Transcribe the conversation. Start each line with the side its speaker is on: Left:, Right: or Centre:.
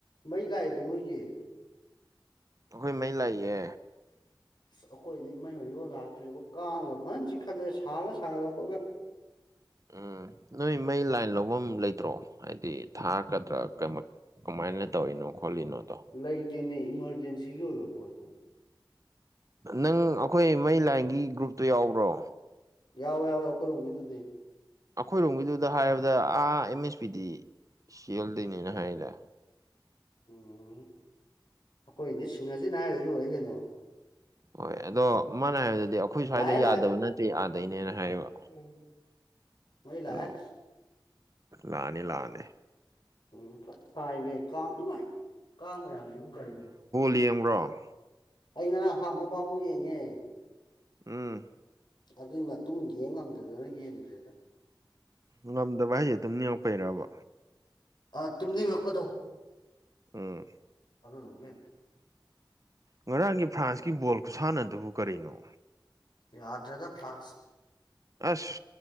Left: ꯃꯩ ꯂꯥꯛꯏꯕ ꯅꯣꯏꯒꯤ
Right: ꯑꯩꯈꯣꯏ ꯃꯩ ꯂꯥꯛꯏꯌꯦ
Left: ꯑꯁ ꯑꯩꯈꯣꯏꯗꯤ ꯃꯩ ꯍꯧꯖꯤꯛꯐꯥꯎ ꯂꯥꯛꯇ꯭ꯔꯤꯕꯣ ꯀꯥꯡꯉꯒ ꯐꯖꯅ ꯆꯤꯛꯈꯠꯂꯦ ꯁꯥꯔꯒ ꯁꯥꯒꯠꯂꯛꯄꯠꯒ
Right: ꯎꯝ ꯅꯣꯏ ꯃꯩ ꯂꯥꯏꯟ ꯂꯐꯝ ꯂꯩꯇ꯭ꯔꯣ ꯍꯥꯏꯗꯤ ꯊꯥꯀꯗ꯭ꯔꯥ ꯀ ꯀꯃꯥꯏꯅ ꯇꯧꯔꯤꯅꯣ ꯈꯣꯠꯂꯤꯅꯣꯗꯣ
Left: ꯂꯩꯇꯦꯅꯦ ꯏꯃꯔꯖꯦꯟꯁꯤ ꯒꯤ ꯑꯣꯏꯕ ꯄꯣꯠꯄꯨ
Right: ꯅꯪ ꯑꯩꯈꯣꯏ ꯃꯩ ꯂꯥꯏꯟꯒꯤ ꯒ꯭ꯔꯨꯞꯇꯨ ꯌꯥꯎꯕ꯭ꯔꯣ
Left: ꯌꯥꯎꯋꯦ ꯌꯥꯎꯋꯦ ꯑꯩꯈꯔꯣꯝꯒꯤ ꯗꯨꯗꯤ
Right: ꯑꯩꯈꯣꯏꯔꯣꯝꯒꯤꯗꯨꯗ ꯍꯥꯏꯔꯕꯗ ꯑꯥ ꯑꯦꯝ ꯑꯦꯁ ꯄꯤꯗꯤ ꯁꯤꯦꯜꯗꯅꯦꯅ ꯍꯥꯏꯔꯤꯗ
Left: ꯎꯝ ꯑꯩꯈꯣꯏꯗꯤ ꯁꯤꯡꯉꯁꯤꯅ ꯍꯥꯏꯔꯗꯤ ꯂꯣꯏꯔꯦ ꯀꯩꯅꯣ
Right: ꯍꯣꯏ ꯑꯗꯣ ꯃꯥꯅ ꯍꯥꯏꯔꯕꯗꯗꯤ ꯑꯩꯈꯣꯏ ꯁ꯭ꯋꯥꯏꯗ
Left: ꯂꯥꯛꯑꯦ
Right: ꯌꯥꯗꯕ ꯅꯠꯇꯦ ꯑꯥꯗꯩꯅꯦꯅ ꯍꯥꯏꯌꯦꯕ
Left: ꯂꯥꯛꯑꯦ ꯃꯩ ꯂꯥꯛꯑꯦ
Right: ꯑꯣ ꯂꯥꯛꯑꯅꯤ ꯂꯥꯛꯑꯅꯤ
Left: ꯎꯝ ꯁꯥꯏꯅꯦ ꯀꯥꯡ ꯑꯗꯨꯥꯏ ꯀꯥꯡ ꯃꯌꯥꯝꯒꯤ ꯑꯗꯨꯝ ꯀꯔꯤ
Right: ꯂꯡꯕ꯭ꯔꯣ
Left: ꯑꯩ ꯉꯔ ꯍꯥꯟꯕ ꯃꯥꯕꯨ ꯌꯦꯡꯉꯦ
Right: ꯎꯝ
Left: ꯑꯗꯨꯏ ꯃꯇꯨꯡ ꯌꯦꯡ ꯉꯝꯗꯗꯅ ꯌꯦꯡꯗ꯭ꯔꯦꯗ
Right: ꯉꯝꯗꯕ ꯍꯥꯏꯖꯦ ꯇꯨꯝꯅꯤꯡꯉꯥꯛꯄꯩꯔꯕ
Left: ꯑꯥ ꯇꯨꯝꯅꯤꯡꯉꯛꯄꯗꯣ
Right: ꯎꯝ
Left: ꯑꯗꯨ ꯗꯨꯒꯤ
Right: ꯉꯔꯥꯡꯒꯤ ꯐ꯭ꯔꯥꯟꯁꯀꯤ ꯕꯣꯜ ꯈꯨꯠꯁꯥꯟꯅꯗꯨꯕꯨ ꯀꯔꯤꯅꯣ
Left: ꯌꯥꯗ꯭ꯔꯦꯗ ꯐ꯭ꯔꯥꯟꯁ
Right: ꯑꯁ